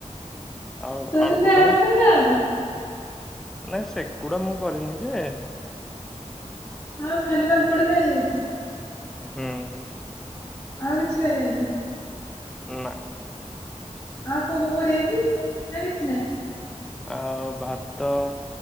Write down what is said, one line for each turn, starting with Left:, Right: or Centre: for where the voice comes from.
Centre: ଆଉ
Left: ତୁ
Centre: ଆଳୁ
Left: ବି ସେରା
Centre: ପୋଟଳ
Left: କରିଥିଲୁ ନା କଣ?
Centre: ନାଇଁ ସେଗୁଡ଼ା ମୁଁ କରିନି ଯେ।
Left: ଆଉ ଖାଲି ପାମ୍ପଡ଼ ଛାଣିବେ।
Centre: ହୁଁ।
Left: ଆଉ କିଛି କରିବେନି।
Centre: ନା
Left: ଆଉ କୋଉ କୋଉ କରି ଆାଇଛି ସେ କିଛି ନାହିଁ।
Centre: ଆଉ ଭାତ